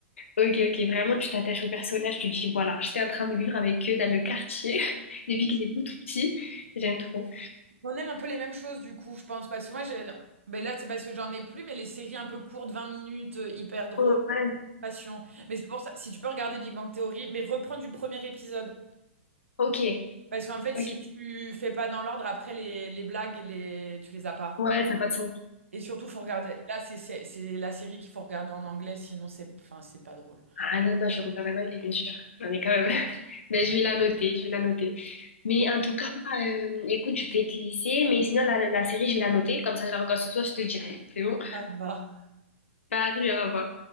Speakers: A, on the left; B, on the right.
A: Ok, ok, vraiment, tu t'attaches aux personnages, tu te dis, voilà, j'étais en train de vivre avec eux dans le quartier <laughs> depuis qu'ils étaient tout, tout petits. J'aime trop.
B: On aime un peu les mêmes choses du coup, je pense. Parce que moi, j'ai... ben là, c'est parce que j'en ai plus, mais les séries un peu courtes, 20 minutes, euh, hyper drôles,
A: Ouais.
B: passion. Mais c'est pour ça, si tu peux regarder Big Bang Theory, mais reprends du premier épisode.
A: Ok.
B: Parce qu'en fait,
A: Ok.
B: si tu fais pas dans l'ordre, après, les, les blagues, les... tu les as pas.
A: Ouais, ça n'a pas de sens.
B: Et surtout, faut regarder. Là, c'est c'est- c'est la série qu'il faut regarder en anglais, sinon c'est enfin, c'est pas drôle.
A: Ah non, non, je regarde un il est bien sûr. Non, mais quand même. <laughs> Mais je vais la noter, je vais la noter. Mais en tout cas, euh, écoute, je vais te laisser. Mais sinon, la, la série, je vais la noter. Comme ça, je la regarde ce soir, je te dirai. C'est bon?
B: Incroyable.
A: Salut, au revoir.